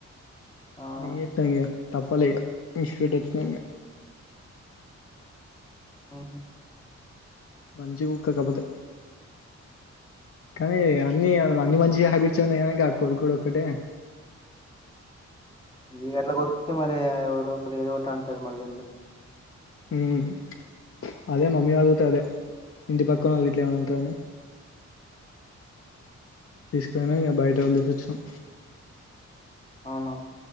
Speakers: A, on the left; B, on the left.
A: అవునా
B: లేతయ్య తప్పాలేగా ఇ స్వీట్ వచ్చినాక
A: ఆహ
B: మంచి కుక్కకపోతే, కానీ అన్ని అన్ని మంచి హ్యాబిట్స్ ఉన్నాయి కానీ ఇంకా కొడుకు ఒకక్కటే
A: ఇగ అట్ల కోరుకుతే మరరే ఎవలో అప్పుడ ఏదోట అంటారు మళ్ళీ ఎం
B: మ్ అదే మమ్మీ వాళ్లతో, అదే ఇంటి పక్కన వాళ్ళ ఇట్లా ఏమనా అంటారని, తీసుకుని ఇం బయట వదిలేసి వచ్చినం
A: అవునా